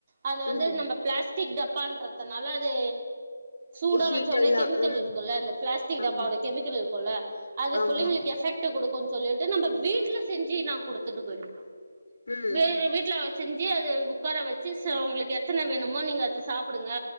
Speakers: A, on the right (about 30°); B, on the left (about 60°).
A: அதுல வந்து
B: ம்
A: நம்ப பிளாஸ் டிக் டப்பான்றதுனால அது சூடா
B: ஹீட்
A: வச்ச உடனே
B: எல்லா
A: கெமிக்கல்
B: ம்
A: இருக்குல்ல அந்த பிளாஸ்டிக்
B: ஆமா
A: டப்பாவோட கெமிக்கல் இருக்குல்ல அது
B: ஆமா
A: புள்ளிங்களுக்கு எஃபெக்ட் ட்டு குடுக்குன்னு சொல்ட்டு நம்ம வீட்ல செஞ்சு நா குடுத்துட்டு போயிடுவ
B: ம்
A: வேற வீட்ல செஞ்சு அது உக்கார வெச்சு உங்களுக்கு எத்தன வேணு மோ நீங்க அத சாப்டுங்க